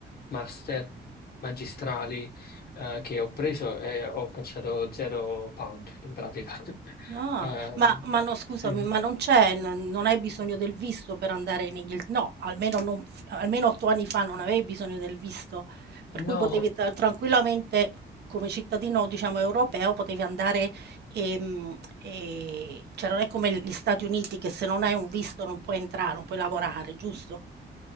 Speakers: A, on the left (about 55°); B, on the right (about 60°).
A: master magistrali eh, che ho preso e ho cacciato zero pound in pratica. <laughs>
B: Ah,
A: Eh,
B: ma ma no scusami,
A: sì.
B: ma non c'è n non hai bisogno del visto per andare in Inghil no, almeno non f almeno 8 anni fa non avevi bisogno del visto, per
A: no.
B: cui potevi tra tranquillamente come cittadino, diciamo, europeo potevi andare, ehm, ehm, cioè non è come gli Stati Uniti che se non hai un visto non puoi entrare, non puoi lavorare, giusto?